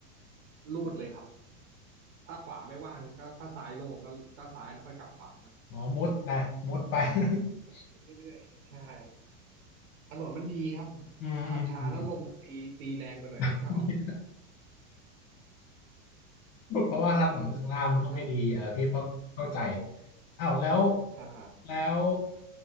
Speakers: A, on the right (about 80°); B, on the left (about 55°).
A: ลูดเลยครับถ้าขวาไม่ว่างก็ถ้าซ้ายโล่งก็ก็ซ้ายแล้วค่อยกลับขวา
B: อ๋อมุดนะมุดไป <laughs>
A: ไปเรื่อยๆใช่ถนนมันดีครับ
B: อืมอืม
A: ขับช้าแล้วลมมันตีตีแรงไปหน่อยไม่ชอบ
B: <laughs> เพราะว่าถนนข้างล่างมันก็ไม่ดีเออพี่เพราะเข้าใจ
A: ก็อืมมันก็
B: อ้าวแล้ว
A: ใช่
B: แล้ว